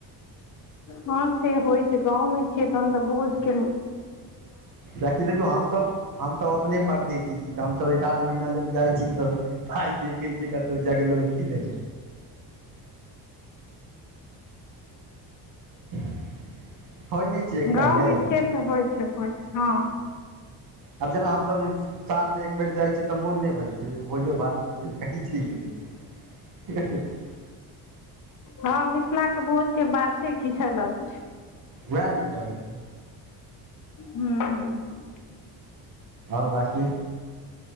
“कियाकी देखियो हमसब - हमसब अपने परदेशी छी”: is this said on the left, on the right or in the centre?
Right